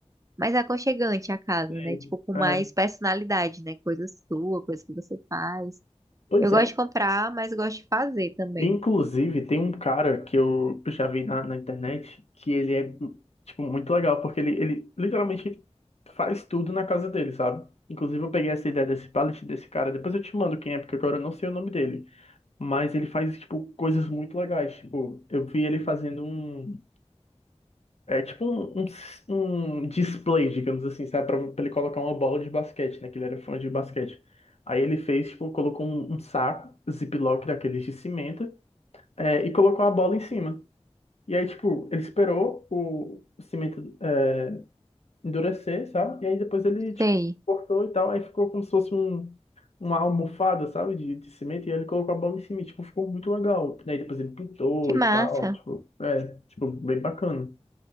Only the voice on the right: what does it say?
mais aconchegante a casa,
né? Tipo, com mais
personalidade, né? Coisa sua, coisa que você faz.
Eu gosto
de comprar, mas gosto de fazer também.
Sei.
Que massa.